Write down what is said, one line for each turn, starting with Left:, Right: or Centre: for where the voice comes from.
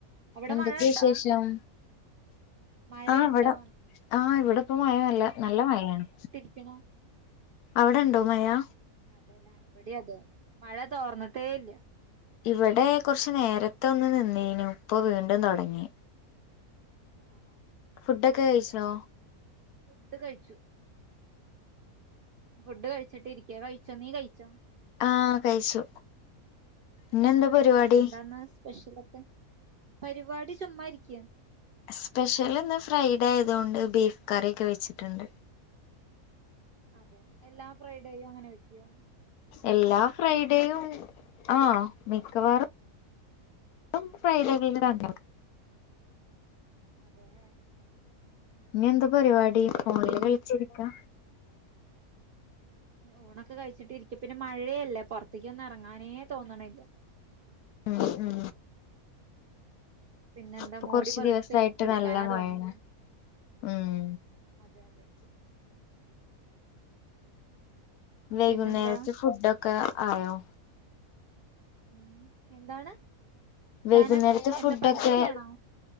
Right: അവിടെ
Left: എന്തൊക്കെയാ
Right: മഴ ഇണ്ടോ
Left: വിശേഷം
Right: മഴയുണ്ടോ
Left: ആഹ് ഇവിടെ ആഹ് ഇവിടിപ്പോ മഴ നല്ല നല്ല മഴയാണ്
Right: പിണോ
Left: അവിടെ ഉണ്ടോ മയാ
Right: അതെല്ലേ ഇവിടെ അതെ മഴ തോർന്നിട്ടേ ഇല്ല
Left: ഇവിടെ കുറച്ച് നേരത്ത ഒന്ന് നിന്നിനു ഇപ്പാ വീണ്ടും തുടങ്ങി
Right: ആഹ് ആഹ് ആഹ്
Left: ഫുഡോക്കാ കഴിച്ചോ
Right: ഫുഡ് കഴിച്ചു ഫുഡ് കഴിച്ചിട്ട് ഇരിക്ക കഴിച്ചോ നീ കഴിച്ചോ
Left: ആഹ് കഴിച്ചു ഇന്നെന്താ പരിപാടി
Right: അതെ എന്താന്ന് സ്പെഷ്യലൊക്കെ പരിപാടി ചുമ്മാ ഇരിക്ക
Left: സ്പെഷ്യൽ ഇന്ന് ഫ്രൈഡേ ആയത് കൊണ്ട് ബീഫ് കറിയൊക്കെ വെച്ചിട്ടുണ്ട്
Right: അതെ എല്ലാ ഫ്രൈഡേയും അങ്ങനെ വെക്കൊ
Left: എല്ലാ ഫ്രൈഡേയും ആഹ് മിക്കവാറും <unintelligible> ഫ്രൈഡേകളിൽ തന്നെയാവും
Right: അതെ ഓക്കെ ഓക്കെ.
Left: ഇനി എന്താ പരിപാടി ഫോണില്
Right: പിന്നെ
Left: കളിച്ചിരിക്കാ
Right: ഊണൊക്കെ കഴിച്ചിട്ട് ഇരിക്ക പിന്നെ മഴയല്ലേ പുറത്തേക്ക് ഒന്നും ഇറങ്ങാനേ തോന്നണില്ല
Left: ഉം ഉം
Right: പിന്നെന്താ
Left: ഇപ്പൊ
Right: മോടി
Left: കുറച്ചു
Right: പൊതച്ച്
Left: ദിവസായിട്ട്
Right: കെടുക്കാനാ
Left: നല്ല മഴെണ്
Right: തോന്നുള്ളൂ
Left: ഉം
Right: അതെ അതെ
Left: വൈകുന്നേരത്തെ
Right: പിന്നെന്താ
Left: ഫുഡോക്കെ ആയോ
Right: ഉം എന്താണ്
Left: വൈകുന്നേരത്തെ
Right: താൻ എന്ന എന്താ
Left: ഫുഡൊക്കെ
Right: പഠിക്കാണോ